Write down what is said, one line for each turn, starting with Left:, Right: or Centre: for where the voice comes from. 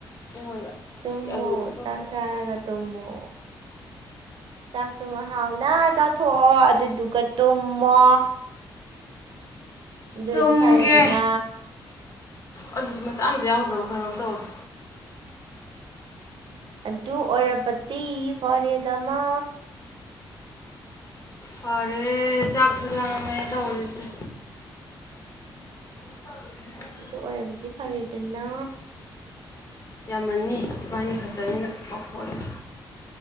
Left: ꯑꯩꯉꯣꯟꯗ
Right: ꯇꯨꯝꯃꯣ
Left: ꯁꯤ ꯑꯂꯨꯒꯤ ꯃꯇꯣꯟ
Right: ꯆꯥꯛ
Left: ꯊꯣꯛꯑꯦ
Right: ꯆꯥꯔꯒ ꯇꯨꯝꯃꯣ ꯆꯥꯛꯇꯨꯃꯥ ꯍꯥꯎꯅ ꯆꯥꯊꯣꯛꯑꯣ ꯑꯗꯨꯗꯨꯒ ꯇꯨꯝꯃꯣ ꯑꯗꯨꯑꯣꯏꯗꯤ
Left: ꯇꯨꯝꯒꯦ
Right: ꯐꯔꯦꯗꯅ
Left: ꯑꯂꯨꯁꯨ ꯃꯆꯥ ꯑꯃꯇ ꯌꯥꯎꯗ꯭ꯔꯕ ꯀꯩꯅꯣꯝ ꯇꯧꯔꯦ
Right: ꯑꯗꯨ ꯑꯣꯏꯔꯕꯗꯤ ꯐꯔꯦꯗꯥ ꯃꯥ
Left: ꯐꯔꯦ ꯆꯥꯛꯁꯨ ꯂꯝꯃꯦ ꯇꯧꯔꯤꯁꯦ <unintelligible>
Right: ꯑꯗꯨ ꯑꯣꯏꯔꯕꯗꯤ ꯐꯔꯦꯗꯥꯅ
Left: ꯌꯥꯝꯃꯅꯤ ꯏꯕꯥꯅꯤ ꯈꯛꯇꯅꯤꯅ ꯄꯈꯣꯟꯁꯦ